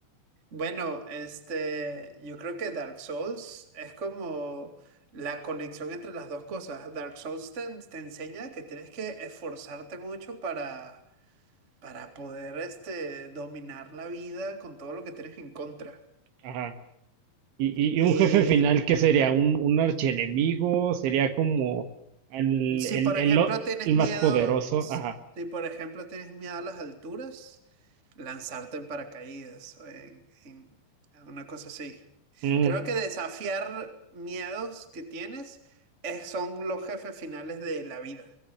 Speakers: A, on the right (about 40°); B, on the right (about 80°).
A: Bueno, este, yo creo que Dark Souls es como la conexión entre las dos cosas. Dark Souls te, en- te enseña que tienes que esforzarte mucho para, para poder, este, dominar la vida con todo lo que tienes en contra.
B: Ajá. Y, y-
A: Y
B: y un jefe final, ¿qué sería? ¿Un, un archienemigo? ¿Sería como el,
A: Si
B: el,
A: por
B: el
A: ejemplo
B: lo-
A: tienes
B: el más
A: miedo,
B: poderoso?
A: si
B: Ajá.
A: por ejemplo tienes miedo a las alturas, lanzarte en paracaídas o en, en una cosa así.
B: Mm,
A: Creo que desafiar miedos que tienes es- son los jefes finales de la vida.